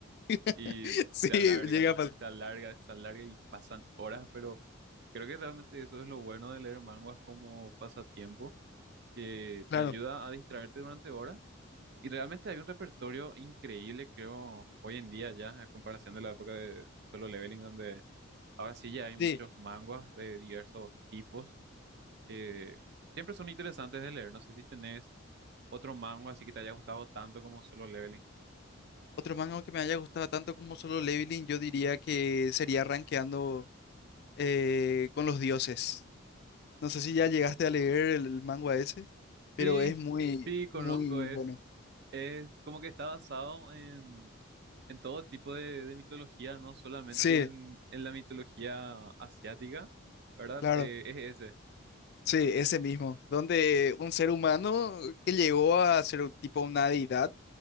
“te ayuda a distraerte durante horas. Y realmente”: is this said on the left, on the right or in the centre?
Right